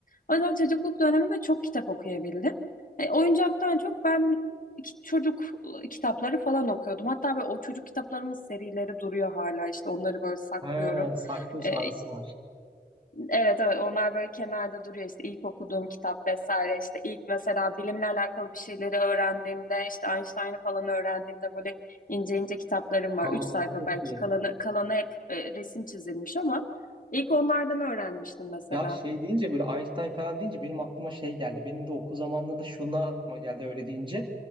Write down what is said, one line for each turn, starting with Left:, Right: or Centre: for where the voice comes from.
Left: O yüzden çocukluk döneminde çok kitap okuyabildim. E, oyuncaktan çok ben ki- çocuk e, kitapları falan okuyordum. Hatta böyle o çocuk kitaplarımın serileri duruyor hala işte onları böyle saklıyorum.
Right: Ha, saklıyorsa
Left: E,
Right: anısı var.
Left: Evet evet onlar böyle kenarda duruyor işte ilk okuduğum kitap vesaire işte ilk mesela bilimle alakalı bir şeyleri öğrendiğimde işte Einstein'ı falan öğrendiğimde böyle ince ince kitaplarım var.
Right: Aa
Left: Üç sayfa
Right: çok
Left: belki
Right: iyi.
Left: kalanı, kalanı hep e, resim çizilmiş ama ilk onlardan öğrenmiştim mesela.
Right: Ya şey deyince böyle Einstein falan deyince benim aklıma şey geldi. Benim de okul zamanlarında şunlar aklıma geldi öyle deyince.